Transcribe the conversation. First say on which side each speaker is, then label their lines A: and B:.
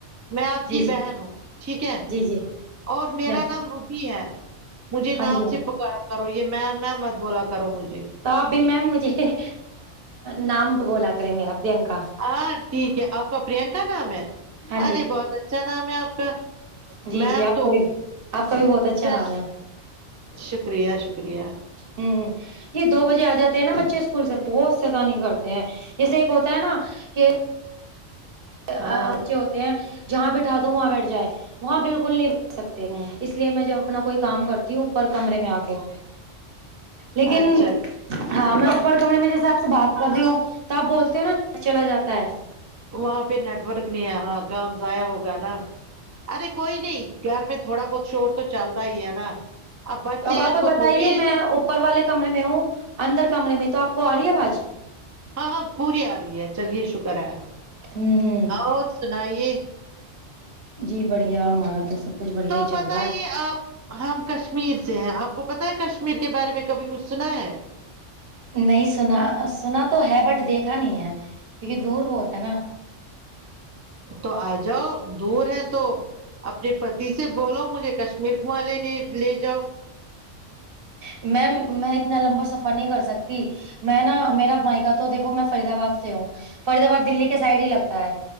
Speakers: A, on the right (about 30°); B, on the right (about 50°).
A: میں آپ
B: جی
A: کی
B: جی
A: بہن ہوں ٹھیک ہے
B: جی جی
A: اور میرا
B: میں
A: نام رو بی ہے مجھے
B: ہاں
A: نام
B: جی ہاں
A: سے پکارا کرو یہ میں میم میم مت بولا کرو مجھے
B: تو آپ بھی میم مجھے نام بولا کرے میرا پرینکا
A: ہاں ٹھیک ہے آپ کا پرینکا نام ہے
B: ہاں
A: ارے
B: جی
A: بہت اچھا نام ہے آپ کا
B: جی
A: میم
B: جی آپ
A: تو
B: کا بھی آپ کا بھی بہت اچھا
A: چل
B: نام ہے
A: شکریہ شکریہ
B: ہوں ہ یہ دو بجے آجاتے ہیں نا بچے اسکول سے بہت شیطانی کرتے تے ہے جسے ایک ہوتا ہے نا کہ اچھے
A: ہاں
B: ہوتے ہیں جہاں بیٹھا دو وہاں بیٹھ جائے وہاں بالکل نہیں بیٹھ سکتے
A: ہاں
B: اس لیے میں جب اپنا کوئی کام کرتی ہوں اوپر کمرے میں آ کے لیکن
A: اچھا
B: ہاں میں اوپر کمرے میں جیسے آپ سے بات کر رہی ہوں تو آپ بولتے ہو نیٹ ورک چلا جاتا ہے
A: وہاں پہ نیٹ ورک نہیں ہے ہاں کام ضائع ہوگا نا ارے کوئی نہیں گھر میں تھوڑا بہت شور تو چلتا ہی ہے نا بچے
B: اب
A: ہیں
B: آپ
A: ان کو
B: بتائیے
A: تھوڑی
B: میں اوپر والے کمرے میں ہوں اندر کمرے میں تو آپ کو آ رہی ہے آواز
A: ہاں ہاں پوری آ رہی ہے چلیے شکر ہے
B: ہوں
A: اور سنائیے
B: جی بڑھیا ہمارا تو سب کچھ بڑھیا
A: تو
B: ہی
A: پتہ
B: چل رہا
A: ہی
B: ہے
A: آپ ہم کشمیر سے ہیں آپ کو پتہ ہے کشمیر کے بارے میں کبھی کچھ سنا ہے
B: نہیں سنا سنا تو ہے بٹ دیکھا نہیں ہے کیونکہ دور بہت ہے نا
A: تو آجاؤ دور ہے تو اپنے پتی سے بولو مجھے کشمیر کواں لینے لے جاؤ
B: میم میں اتنا لمبا سفر نہیں کر سکتی میں نا میرا مائکا تو دیکھو میں فریدآباد سے ہوں فرید آباد دہلی کے سائڈ ہی لگتا ہے